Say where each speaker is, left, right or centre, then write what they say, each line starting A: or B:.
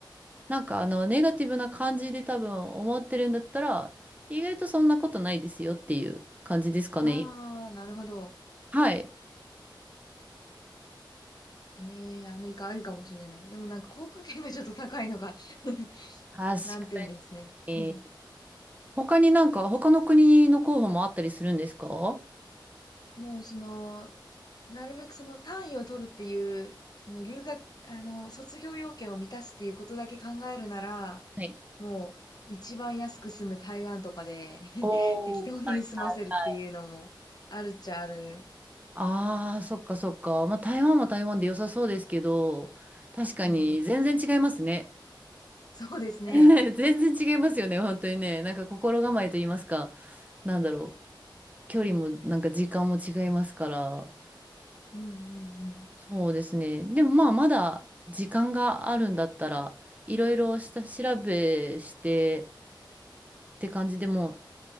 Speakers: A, on the right; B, on the left.
A: なんかあの、ネガティブな感じで多分思ってるんだったら、意外とそんなことないですよっていう感じですかね。
B: ああ、なるほど。
A: はい。
B: ええ、アメリカありかもしれない。でもなんか航空券がちょっと高いのが <laughs>
A: 確か
B: 難点ですね。
A: に。
B: <laughs>
A: 他になんか、他の国の候補もあったりするんですかは
B: もうその、なるべくその単位を取るっていう、その留学、あの、卒業要件を満たすっていうことだけ考えるなら、
A: い。
B: もう一番安く済む台湾とかで <laughs>
A: おー、
B: 適当に済ませるっていうのもあるっちゃある。
A: はいはいはい。ああ、そっかそっか。まあ、台湾は台湾で良さそうですけど、確かに全然違いますね。
B: うん。そうですね。
A: <laughs> 全然違いますよね、本当にね。なんか心構えと言いますか、なんだろう、距離もなんか時間も違いますから、
B: うんうんうん。
A: そうですね。でもまあ、まだ時間があるんだったら、いろいろした調べしてって感じでも